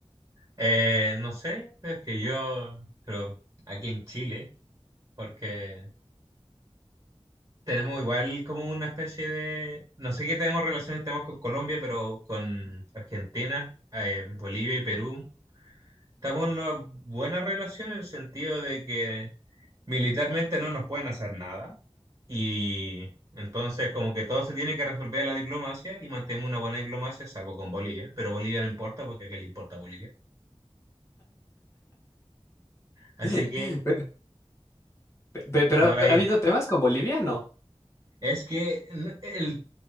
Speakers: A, on the right; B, on the left.
A: eh, no sé, es que yo, pero aquí en Chile, porque tenemos igual como una especie de, no sé qué tenemos relaciones tenemos con Colombia, pero con Argentina, eh, Bolivia y Perú. estamos en una buena relación en el sentido de que militarmente no nos pueden hacer nada y entonces como que todo se tiene que resolver en la diplomacia y mantenemos una buena diplomacia salvo con Bolivia, pero Bolivia no importa porque ¿a qué le importa a Bolivia? Así
B: <laughs>
A: que
B: Pero Pe- pe- Pero
A: no
B: ha
A: hay,
B: ha habido temas con Bolivia, ¿no?
A: es que n- el-